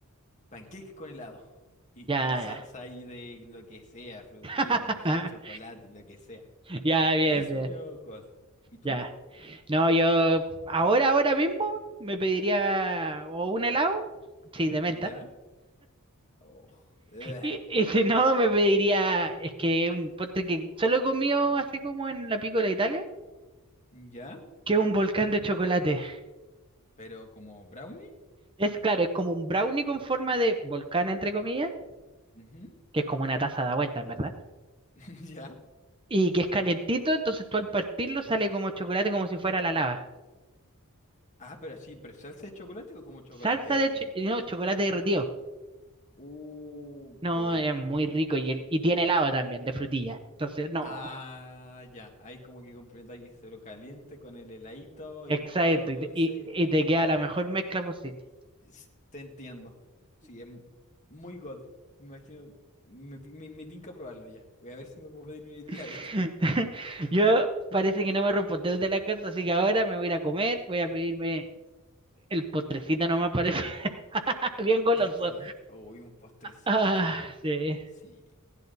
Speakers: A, on the left; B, on the right.
A: pancakes con helado. Y,
B: Ya,
A: y salsa
B: ya.
A: ahí de lo que sea, frutilla,
B: <laughs>
A: manjar, chocolate, lo que sea.
B: Ya, bien,
A: Eso
B: bien.
A: yo, God. ¿Y tú?
B: Ya. No, yo ahora, ahora mismo me pediría o un helado, sí, de menta.
A: ¿Ya? Oh, ugh.
B: Y, y si no, me pediría, es que un postre que solo he comido así como en la Piccola Italia,
A: ¿Ya?
B: que es un volcán de chocolate.
A: ¿Pero como brownie?
B: Es claro, es como un brownie con forma de volcán, entre comillas,
A: Ujú.
B: que es como una taza da vuelta, en verdad.
A: <laughs> ¿Ya?
B: Y que es calentito, entonces tú al partirlo sale como chocolate, como si fuera la lava.
A: Ah, pero sí, ¿pero salsa de chocolate o como chocolate
B: Salsa
A: derretido?
B: de cho- no, chocolate derretido.
A: Uh,
B: No,
A: God.
B: es muy rico y, el- y tiene helado también, de frutilla. Entonces, no,
A: Ah, ya. Ahí como que complementa que se lo caliente con el heladito
B: exacto,
A: y todo dulce.
B: y te, y- y te queda la mejor mezcla posible.
A: Sí, Te entiendo. Sí, es mu- muy God. Me imagino. Me, me, me tinca probarlo ya. Voy a ver si me puedo pedir una idea,
B: <laughs>
A: de hecho.
B: Yo parece que no me respondieron de la casa, así que ahora me voy a ir a comer, voy a pedirme el postrecito nomás, parece <laughs> bien goloso.
A: Es que hoy un postrecito.
B: Ah, sí.
A: Sí.